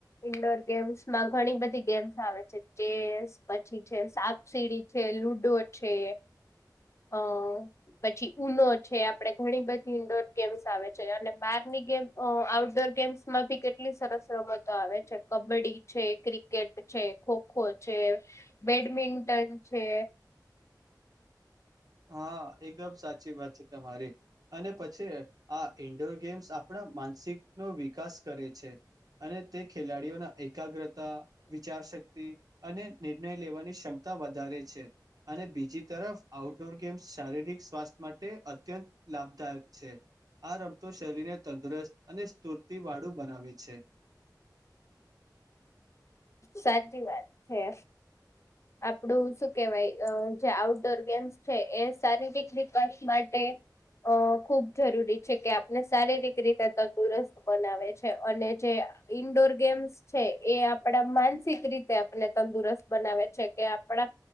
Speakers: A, on the left; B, on the right.
A: ઈન્ડોર ગેમ્સ માં ઘણી બધી ગેમ્સ આવે છે. ચેસ, પછી છે સાપ સીડી છે લુડો છે અહ પછી ઉનો છે આપડે ઘણી બધી ઈન્ડોર ગેમ્સ આવે છે અને બારની ગેમ અહ આઉટ ડોર ગેમ્સ માં ભી કેટલી સરસ રમતો આવે છે. કબડ્ડી છે, ક્રિકેટ છે, ખોખો છે એ બેડમિન્ટન છે
B: હા, એકદમ સાચી વાત છે તમારી. અને પછી આ ઇન્ડોર ગેમ્સ આપડા માનસિક નો વિકાસ કરે છે અને તે ખેલાડીઓના એકાગ્રતા વિચારશક્તિ અને નિર્ણય લેવાની ક્ષમતા વધારે છે. અને બીજી તરફ આઉટ ડોર ગેમ્સ શારીરિક સ્વાસ્થ્ય માટે અત્યંત લાભદાયક છે. આ રમતો શરીરને તંદુરસ્ત અને સ્તુર્તિવાળું બનાવે છે. <inaudible>
A: સાચી વાત છે. આપડું શું કેવાય અહ જે આઉટડોર ગેમ્સ છે એ શારીરિક વિકાસ માટે અહ ખુબ જરૂરી છે કે આપને શારીરિક રીતે તંદુરસ્ત બનાવે છે અને જે અહ ઇન્ડોર ગેમ્સ છે એ આપ ડા માનસિક રીતે આપને તંદુરસ્ત બનાવે છે કે આપણા